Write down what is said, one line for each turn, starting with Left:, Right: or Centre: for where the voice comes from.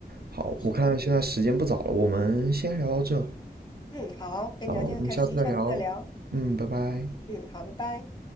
Right: 好，
Left: 是，
Right: 我看现在时间不早了，我们先聊到这，
Left: 嗯，好，跟你聊天很开心，
Right: 好，我们下次再聊，
Left: 下次再聊。
Right: 嗯，拜拜。
Left: 嗯，好，拜拜。